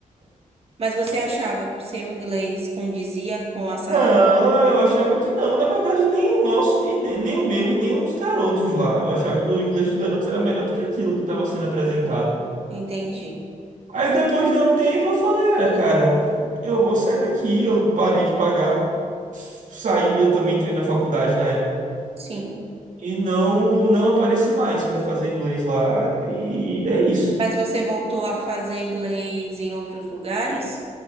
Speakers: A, on the right; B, on the right.
A: Mas você achava que o seu inglês condizia com a sala?
B: Não, eu achava que não. Na verdade, nem o nosso, e ne- nem o meu, e nem o dos garotos lá. Eu achava que o inglês dos garotos era melhor do que aquilo que estava sendo apresentado.
A: Entendi.
B: Aí depois de um tempo eu falei, olha, cara, eu vou sair daqui. Eu parei de pagar, saí, eu também entrei na faculdade na época,
A: Sim.
B: e não, não apareci mais para fazer inglês lá, e é isso.
A: Mas você voltou a fazer inglês em outros lugares?